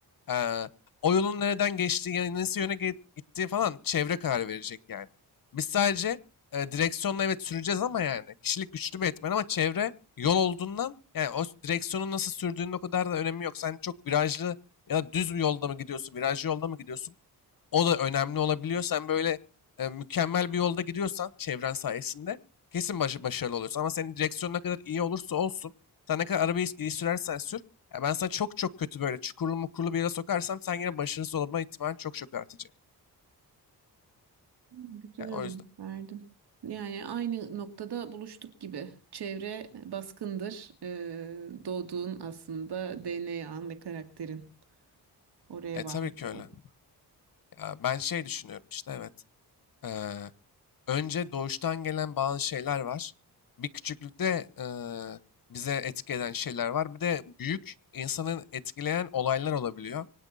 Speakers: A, on the left; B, on the right.
A: Eee, o yolun nereden geçtiği, yani nasıl yöne ge- gittiği falan çevre karar verecek yani. Biz sadece e, direksiyonla evet süreceğiz ama yani kişilik güçlü bir etmen ama çevre yol olduğundan yani o direksiyonun nasıl sürdüğünün o kadar da önemi yok. Sen çok virajlı ya da düz bir yolda mı gidiyorsun, virajlı yolda mı gidiyorsun? O da önemli olabiliyor. Sen böyle e, mükemmel bir yolda gidiyorsan çevren sayesinde kesin baş- başarılı oluyorsun. Ama senin direksiyon ne kadar iyi olursa olsun, sen ne kadar arabayı iyi sürersen sür, ya ben sana çok çok kötü böyle çukurlu mukurlu bir yere sokarsam sen yine başarısız olma ihtimalin çok çok artacak.
B: Güzel
A: Yani
B: örnek
A: o yüzden.
B: verdin. Yani aynı noktada buluştuk gibi. Çevre baskındır. Ee, doğduğun aslında DNA'n ve karakterin. Oraya
A: E
B: varmış
A: tabii ki öyle.
B: olduk.
A: Ya ben şey düşünüyorum işte evet. Ee, önce doğuştan gelen bazı şeyler var. Bir küçüklükte eee, bize etki eden şeyler var. Bir de büyük insanın etkileyen olaylar olabiliyor.